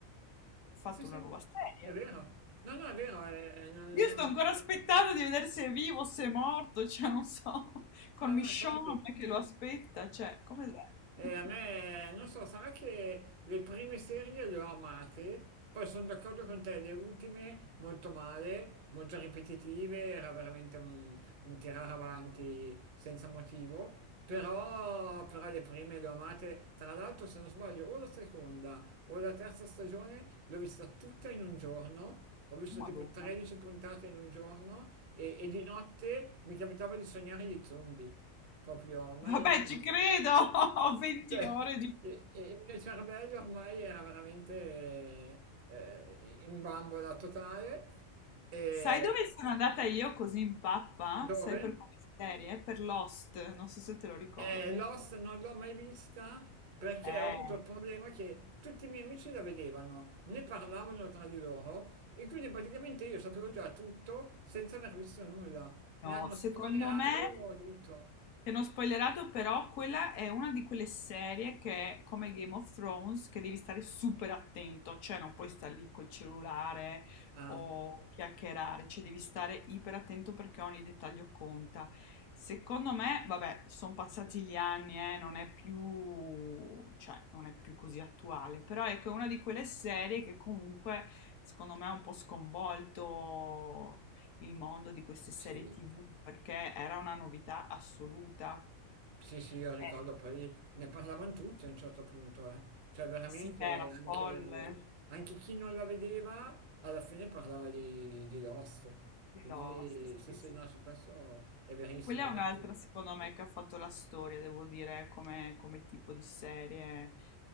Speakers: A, on the left (about 75°); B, on the right (about 45°).
A: fatto
B: Sì, sì,
A: una nuova serie.
B: è vero. No, no, è vero, è- non-
A: Io
B: non-
A: sto ancora aspettando di vedere se è vivo, o se è morto, cioè non so, <laughs> con
B: no,
A: Michonne
B: no, infatti.
A: che lo aspetta, cioè come...
B: E
A: <laughs>
B: a me, non so, sarà che le prime serie le ho amate, poi sono d'accordo con te, le ultime molto male, molto ripetitive, era veramente un, un tirare avanti senza motivo, però, però le prime le ho amate, tra l'altro se non sbaglio o la seconda o la terza stagione l'ho vista tutta in un giorno, ho visto
A: Madonna.
B: tipo 13 puntate in un giorno e, e di notte mi capitava di sognare gli zombie, proprio mai...
A: Vabbè, ci credo, <laughs> 20
B: Cioè,
A: ore di...
B: e- e il mio cervello ormai era veramente eh, in bambola totale. E
A: Sai dove sono andata io così in pappa?
B: dove?
A: Sai per quale serie? Per Lost, non so se te lo ricordi.
B: Eh, Lost non l'ho mai vista perché
A: Eh,
B: ho avuto il problema che tutti i miei amici la vedevano, ne parlavano tra di loro e quindi praticamente io sapevo già tutto senza aver visto nulla. Mi
A: no,
B: hanno
A: secondo
B: spoilerato
A: me
B: tutto.
A: Ti hanno spoilerato però, quella è una di quelle serie che è come Game of Thrones che devi stare super attento, cioè non puoi stare lì col cellulare
B: Ah,
A: o chiacchierare, cioè devi stare iper attento perché ogni dettaglio conta. Secondo me, vabbè, sono passati gli anni, eh, non è più, cioè, non è più così attuale, però ecco, è una di quelle serie che comunque, secondo me, ha un po' sconvolto il mondo di queste serie
B: sì,
A: TV perché era una novità assoluta.
B: Sì, sì, io ricordo,
A: Eh,
B: poi ne parlavano tutti a un certo punto, eh. Cioè veramente
A: sì, era folle
B: anche, anche chi non la vedeva alla fine parlava di, di Lost.
A: di
B: Quindi
A: Lost. sì,
B: sì, sì,
A: sì.
B: no, su questo è verissimo.
A: Quella
B: Infatti
A: è un'altra, secondo me, che ha fatto la storia, devo dire, come, come tipo di serie.